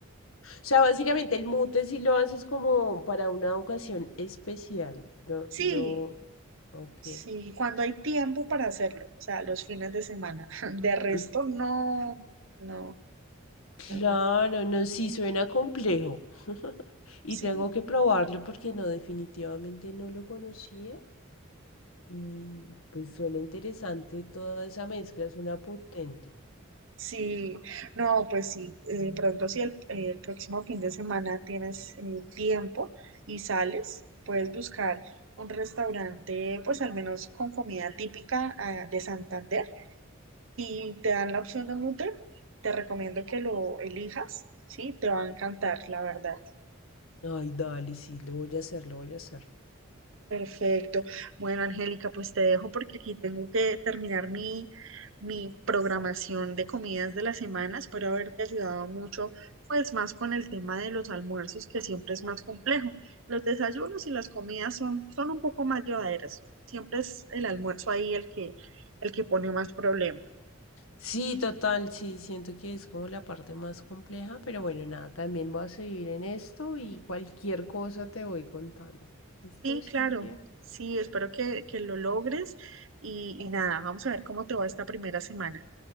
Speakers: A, on the left; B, on the right.
A: sea, básicamente el mute si lo haces como para una ocasión especial. No,
B: Sí,
A: no. Ok.
B: sí, cuando hay tiempo para hacerlo, o sea, los fines de semana. <laughs> De resto,
A: <laughs>
B: no, no,
A: Claro,
B: no, no.
A: no, sí suena complejo. <laughs> Y
B: sí,
A: tengo que probarlo porque no, definitivamente no lo conocía. Y pues suena interesante toda esa mezcla, suena potente.
B: sí, no, pues sí, eh, pronto si el, el próximo fin de semana tienes eh, tiempo y sales, puedes buscar un restaurante, pues al menos con comida típica, ah, de Santander Si te dan la opción de Mutter, te recomiendo que lo elijas, ¿sí? Te va a encantar, la verdad.
A: Ay, dale, sí, lo voy a hacer, lo voy a hacer.
B: Perfecto. Bueno, Angélica, pues te dejo porque aquí tengo que terminar mi, mi programación de comidas de la semana. Espero haberte ayudado mucho, pues más con el tema de los almuerzos, que siempre es más complejo. Los desayunos y las comidas son, son un poco más llevaderas. Siempre es el almuerzo ahí el que, el que pone más problemas.
A: Sí, total, sí, siento que es como la parte más compleja, pero bueno, nada, también voy a seguir en esto y cualquier cosa te voy contando. ¿Listo,
B: Sí,
A: Silvia?
B: claro. Sí, espero que, que lo logres y, y nada, vamos a ver cómo te va esta primera semana.